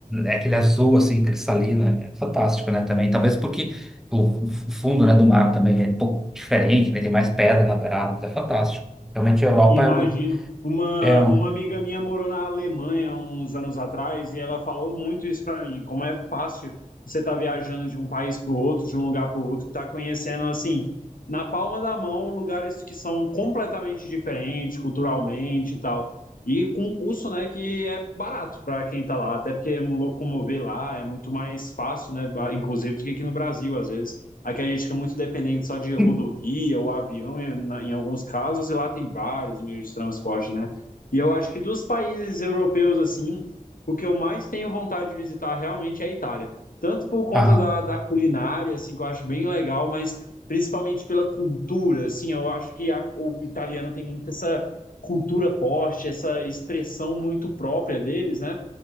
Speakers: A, in the centre; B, on the left.
A: é aquele azul assim cristalina, é fantástico, né? Também, talvez porque o o fundo, né, do mar também é um pouco diferente, né? Tem mais pedra na beirada, mas é fantástico. Realmente a Europa
B: Imagino.
A: é um,
B: Uma,
A: é um
B: uma amiga minha morou na Alemanha uns anos atrás e ela falou muito isso para mim, como é fácil você estar viajando de um país para o outro, de um lugar para o outro, estar conhecendo assim, na palma da mão, lugares que são completamente diferentes culturalmente e tal. E com um custo, né, que é barato para quem está lá, até porque locomover lá é muito mais fácil, né, ba- inclusive do que aqui no Brasil às vezes. Aqui a gente fica muito dependente só de rodovia
A: <clears throat>
B: ou avião em, na- em alguns casos, e lá tem vários meios de transporte, né? E eu acho que dos países europeus, assim, o que eu mais tenho vontade de visitar realmente é a Itália. Tanto por conta
A: Ah,
B: da, da culinária, assim, que eu acho bem legal, mas principalmente pela cultura, assim, eu acho que a- o italiano tem muito essa cultura forte, essa expressão muito própria deles, né?